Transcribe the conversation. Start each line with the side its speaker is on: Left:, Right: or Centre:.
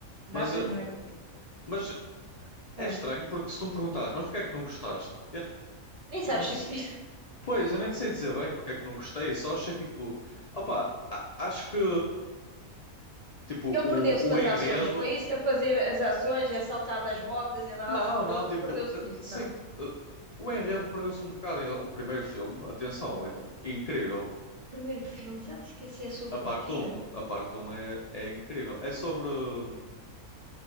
Right: Datas
Left: Mas, eh,
Right: não é comigo.
Left: mas é
Right: Ah,
Left: estranho porque se tu me perguntares, mas porquê é que não gostaste? Eu,
Right: nem sabes
Left: eu não te,
Right: se. <laughs>
Left: pois, eu nem te sei dizer bem porque é que não gostei, só achei tipo, opa, a- acho que tipo
Right: Ele
Left: o,
Right: perdeu-se
Left: o
Right: nas
Left: enredo.
Right: ações, foi isso? A fazer as ações, a saltar nas motas e andar
Left: Não,
Right: lá para o outro,
Left: não, tipo,
Right: perdeu-se
Left: eh,
Right: nisso.
Left: sim,
Right: Não.
Left: eh, o enredo perdeu-se um bocado. em rela- O primeiro filme, atenção, é tipo incrível.
Right: O primeiro filme, já me esqueci, é sobre
Left: A parte
Right: o quê?
Left: um a parte um é, é incrível. É sobre hum,